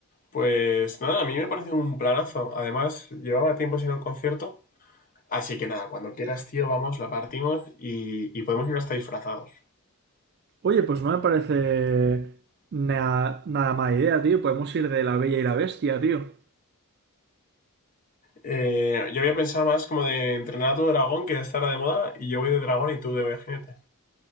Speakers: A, on the left; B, on the right.
A: Pues nada, a mí me parece un planazo. Además, llevaba tiempo sin un concierto. Así que nada, cuando quieras, tío, vamos, la partimos y, y podemos ir hasta disfrazados.
B: Oye, pues no me parece na- nada mala idea, tío. Podemos ir de La Bella y la Bestia, tío.
A: Eh, yo había pensado más como de entrenar a tu dragón, que estará de moda, y yo voy de dragón y tú de jinete.